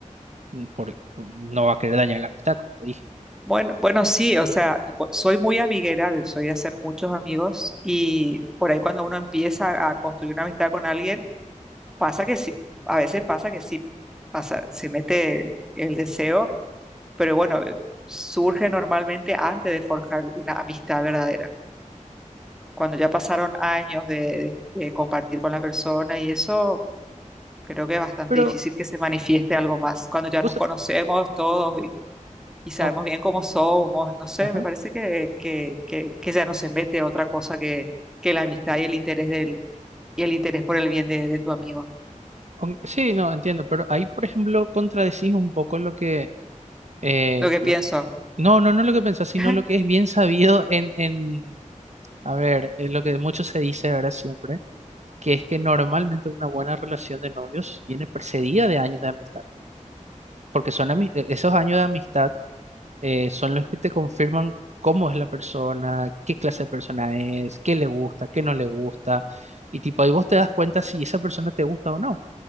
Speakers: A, on the right; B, in the centre.
A: mm, por- no va a querer dañar la amistad, como te dije.
B: Bueno, bueno, sí, o sea, bu- soy muy amiguera, soy de hacer muchos amigos y por ahí cuando uno empieza a construir una amistad con alguien Pasa que sí, a veces pasa que sí, pasa, se mete el deseo, pero bueno, eh, surge normalmente antes de forjar una amistad verdadera. Cuando ya pasaron años de, de- de compartir con la persona y eso, creo que es bastante
A: Pero
B: difícil que se manifieste algo más. Cuando ya
A: vos,
B: nos
A: sa-
B: conocemos todos y, y sabemos
A: o-
B: bien cómo somos, no sé,
A: ajá,
B: me parece que, que, que, que ya no se mete otra cosa que, que la amistad y el interés del, y el interés por el bien de, de tu amigo.
A: o- sí, no, entiendo, pero ahí, por ejemplo, contradecís un poco lo que, eh,
B: Lo que
A: lo-
B: pienso.
A: no, no, no lo que pensás, sino
B: <laughs>
A: lo que es bien sabido en, en, a ver, en lo que mucho se dice ahora siempre, que es que normalmente una buena relación de novios viene precedida de años de amistad, porque son ami- e, esos años de amistad eh, son los que te confirman cómo es la persona, qué clase de persona es, qué le gusta, qué no le gusta, y tipo ahí vos
B: Mm.
A: te das cuenta si esa persona te gusta o no,